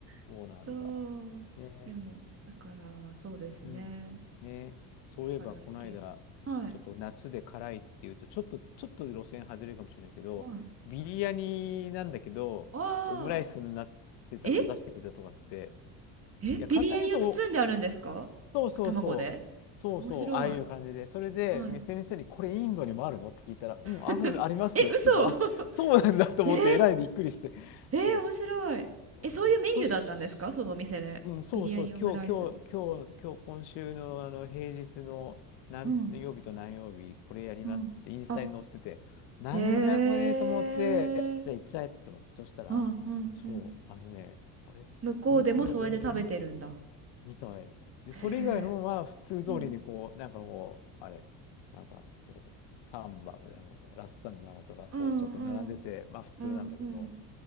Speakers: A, on the right (about 30°); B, on the left (about 70°).
A: <laughs>
B: ー、そうなんだ。
A: そうでもだからそうですね
B: ね、うん。ね、そういえばこの間、
A: 辛い系のはい
B: ちょっと夏で辛いっていうと、ちょっと、ちょっと路線外れるかもしれないけど、
A: はい
B: ビリヤニなんだけど、
A: ああ
B: オムライスになってたのを出してくれたとかって、
A: ええビリヤニを包んであるんですか
B: いや、簡単に言うとそうそうそう。
A: 卵で
B: そうそう、
A: 面白い
B: ああいう感じで。それで、
A: はい
B: 店の人に、これインドにもあるのって聞いたら、うん、
A: <laughs>
B: ある、ありますよって言うから、
A: え嘘
B: あ、そうなんだと思って、
A: <laughs> え
B: えらいびっくりして。
A: えー、
B: そ
A: 面白い。
B: う。
A: え、そういうメニューだったんですかそのお店で。
B: ひょっとし、うん、そうそう、
A: ビリヤニオムライスって。
B: 今日、今日、今日、今日、今週の、あの、平日の何曜日と何曜日、
A: うん、
B: これやりますって言って、
A: うん。
B: インスタに載ってて、
A: あ、
B: なんじゃこれと思って、
A: へえ。
B: じゃあ行っちゃえと思って、そしたら、
A: うん、うん、
B: そう、
A: うん。
B: あのね、あれ、
A: 向こうでもそれで食べてるんだ。
B: これ、これ、お、お、みたい。で、
A: へえ。
B: それ以外のは普通通りにこう、
A: うん、
B: なんかこう、あれ、なんかこう、サンバルだの、ラッサムなのとか、こう、
A: うん、
B: ちょっと並んでて、
A: うん、
B: まあ普通なんだけど、
A: うん、うん。